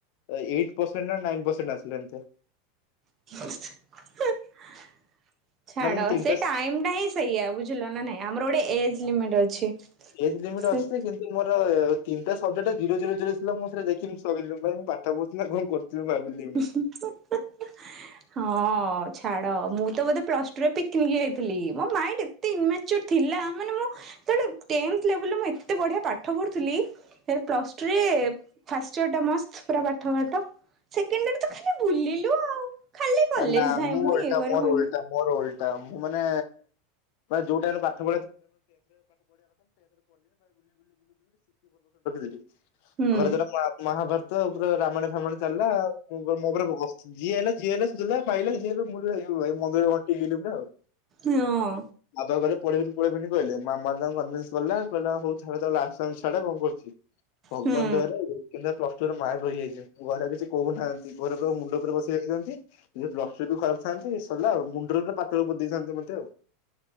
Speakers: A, on the left (about 60°); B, on the right (about 30°).
A: ଏଇଟ ପରସେଣ୍ଟ, ନାଇନ ପରସେଣ୍ଟ ଆସିଲା ଏମତିଆ।
B: <unintelligible> ଛାଡ
A: ମାନେ ମୁଁ ତିନିଟା
B: ସେ ଟାଇମ ଟା ହିଁ ସେଇଆ ବୁଝିଲ ନା ନାଇଁ, ଆମର ଗୋଟେ ଏଜ ଲିମିଟ ଅଛି।
A: ଏଜ ଲିମିଟ
B: ସେ
A: ଅଛି ଯେ କିନ୍ତୁ ମୋର ତିନଟା ସବଜେକ୍ଟ ଜିରୋ ଜିରୋ ଜିରୋ ଥିଲା, ସ ଦେଖି ସରିଲି ପାଇଁ ମୁ ପାଠ ପଢ଼ଥିଲି କଣ କରଥିଲି ଭାବିଲି?
B: ହୁଁ ହୁଁ ହା ହା ହଁ ଛାଡ, ମୁଁ ତ ବୋଧେ ପ୍ଲସ୍ ଟୁରେ ପିକନିକ ଯାଇଥିଲି ମୋ ମାଇଟ ଇନ ମାଚୁଆର ଥିଲା, ମାନେ ମୁଁ ଟେନଥ ଲେବୁଲ ରେ ଏତେ ବଢିଆ ପାଠ ପଢ଼ୁଥିଲି? ଏ ପ୍ଲସ୍ ଟୁରେ ଫାଷ୍ଟ ଇୟର୍ଟା ମସ୍ତ ପୁରା ପାଠ ପାଠ ସେକେଣ୍ଡ ଇର ତ ଖାଲି ବୁଲିଲୁ ଆଉ ଖାଲି କଲେଜ
A: ନା
B: ଯାଏ ମୁଁ
A: ଓଲଟା
B: ଇଏ କରି
A: ମୋର
B: ମୁ
A: ଓଲଟା ମୋର ଓଲଟା, ମୁଁ ମାନେ ବା ଯଉ ଟାଇମ୍ ରେ ପାଠ <unintelligible>
B: ହୁଁ
A: ଘରେ ଦାର ମହାଭାରତ ପୁରା ରାମାୟଣ ଚାଲିଲା ଆଉ, ଯିଏ ହେଲା ଯିଏ ହେଲା ଶୋଧିଲା ପାଇଲା ଏ ହେ ଭାଇ ମନ୍ଦିର ଟିକ ନା ଆଉ
B: ହଁ
A: ମାଧ ଆଦତ୍ ପନ୍ଦର୍ ମିନିଟ୍ କୋଡିଏ ମିନିଟ୍ କହିଲେ। ମାମା ତାଙ୍କୁ କନଭିନ୍ସ କଲା କହିଲା ହଉ ଛା କଣ କରୁଚି। ଭଗବାନ
B: ହୁଁ
A: ଦୟାରୁ କିନ୍ତୁ ପ୍ରଷ୍ଟୁରର ମା ରହିଯାଇଚି <unintelligible> ଘରେ କିଛି କହୁନାହାନ୍ତି। ଦି ପହରେ ପୁରା ମୁଣ୍ଡ ଉପରେ ବସି ଯାଇିଚନ୍ତି। ସେ ଯୋ ଲସି ଦୋକାନ ଥାନ୍ତି ସରିଲା ଆଉ ମୁଣ୍ଡରେ ପାତଳ ବ ଦେଇଥାନ୍ତି ମତେ ଆଉ।